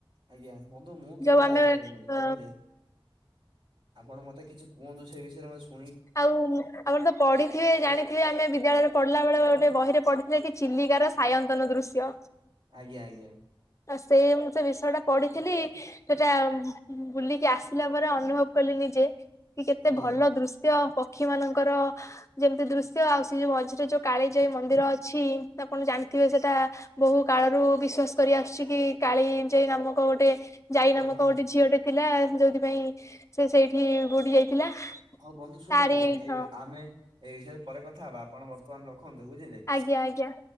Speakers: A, on the right; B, on the left.
A: ଆଜ୍ଞା ବନ୍ଧୁ ମୁଁ କେବେ
B: ଯୋଉ ଆମେ
A: ଯାଇପାରିନାଇ
B: ଅ
A: ବୁଝିଲେ। ଆପଣ ମତେ କିଛି କୁହନ୍ତୁ ସେ ବିଷୟରେ ମୁଁ ଶୁଣି
B: ଆଉ ଆମର ତ ପଢିଥିବେ ଜାଣିଥିବେ ଆମେ ବିଦ୍ୟାଳୟରେ ପଢିଲା ବେଳେ ଗୋଟେ ବହିରେ ପଢ ଥିରେକି ଚିଲିକାର ସାୟନ୍ତନର ଦୃଶ୍ୟ।
A: ଆଜ୍ଞା ଆଜ୍ଞା।
B: ଆ ସେଇ ମୁଁ ସେ ବିଷୟଟା ପଢିଥିଲି। ସେଟା ବୁଲିକି ଆସିଲା ପରେ ଅନୁଭବ କଲି ନିଜେ କି କେତେ
A: ଆଜ୍ଞା
B: ଭଲ ଦୃଶ ପକ୍ଷୀ ମାନଙ୍କର ଯେମିତି ଦୃଶ୍ୟ ଆଉ ସେ ଯୋଉ ମଝିରେ ଯୋ କାଳିଜାଇ ମନ୍ଦିର ଅଛି, ଆପଣ ଜାଣିଥିବେ ସେଟା ବହୁକାଳରୁ ବିଶ୍ଵାସ କରି ଆସୁଛି କି କାଳିଯାଇ ନାମକ ଗୋଟେ ଜାଇ ନାମକ
A: ଆଜ୍ଞା।
B: ଗୋଟେ ଝିଅଟେ ଥିଲା ଯୋଉଥିପାଇଁ ସେ ସେଇଠି ବୁଡି ଯାଇଥିଲା।
A: ହଉ ବନ୍ଧୁ ଶୁଣନ୍ତୁ
B: ତାରି
A: <unintelligible> ଏଇ
B: ହଁ
A: ଆମେ ଏହି ବିଷୟରେ ପରେ କଥା ହବା ଆପଣ ବର୍ତ୍ତମାନ ରଖନ୍ତୁ ବୁଝିଲେ।
B: ଆଜ୍ଞା ଆଜ୍ଞା